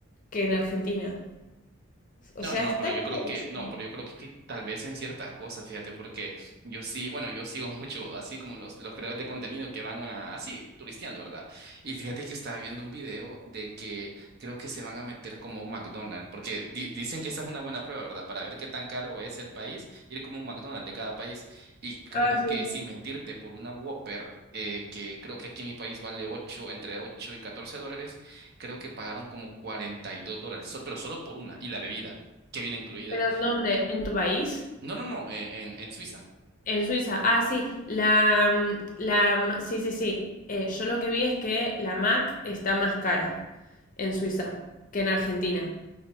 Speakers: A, on the left; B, on the right.
A: que en Argentina.
B: No,
A: O sea,
B: no, no,
A: está
B: pero yo
A: clarísimo.
B: creo que, no, pero yo creo que, que tal vez en ciertas cosas, fíjate, porque yo sí, bueno, yo sigo <laughs> mucho así como los, los creadores de contenido que van a, así, turisteando, ¿verdad? Y fíjate que estaba viendo un video de que creo que se van a meter como un McDonald's, porque di- dicen que esa es una buena prueba, ¿verdad? Para ver qué tan caro es el país, ir como un McDonald's de cada país. Y creo
A: Ah, sí.
B: que, sin mentirte, por una Whopper, eh, que creo que aquí en mi país vale 8 entre 8 y 14 dólares creo que pagaron como 42 dólares, so- pero solo por una, y la bebida, que viene incluida.
A: ¿Pero en dónde? ¿En tu país?
B: No, no, no, eh, en, en Suiza.
A: En Suiza. Ah, sí, la, la, sí, sí, sí. Eh, yo lo que vi es que la Mac está más cara en Suiza que en Argentina.